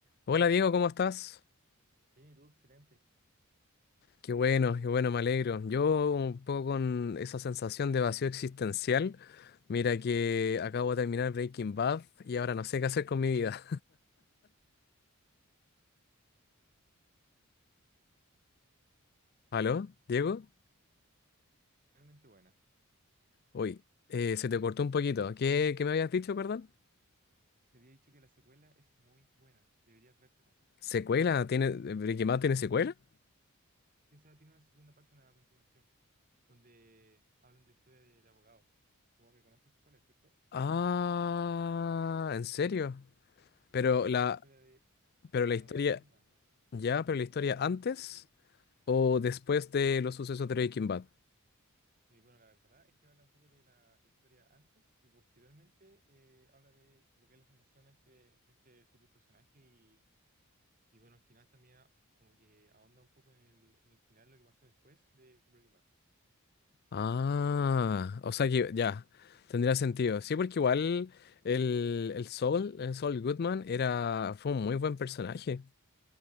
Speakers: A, on the left; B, on the right.
A: Hola Diego, ¿cómo estás?
B: Sí, tú, excelente.
A: Qué bueno, qué bueno, me alegro. Yo un poco con esa sensación de vacío existencial. Mira que acabo de terminar Breaking Bad y ahora no sé qué hacer con mi vida. <laughs> ¿Aló, Diego?
B: Realmente buena.
A: Uy, eh, se te cortó un poquito. ¿Qué, qué me habías dicho, perdón?
B: Te había dicho que la secuela es muy buena. Deberías vértela.
A: ¿Secuela? ¿Tiene, Breaking Bad tiene secuela?
B: Sí, o sea, tiene una segunda parte, una continuación, donde hablan de la historia del abogado. Como que conoces cuál es, ¿cierto?
A: Ah, ¿en serio? Pero
B: Y
A: la,
B: la historia de
A: pero la
B: Saul
A: historia,
B: Goodman.
A: ya, pero la historia antes o después de los sucesos de Breaking Bad.
B: Y bueno, la verdad es que habla un poco de la, la historia antes y posteriormente eh, habla de lo que es la formación de este, de este super personaje y, y bueno, al final también ah, como que ahonda un poco en el, en el final lo que pasó después de Breaking Bad.
A: Ah, o sea que ya, tendría sentido. Sí, porque igual el, el Saul, el Saul Goodman era, fue un muy buen personaje.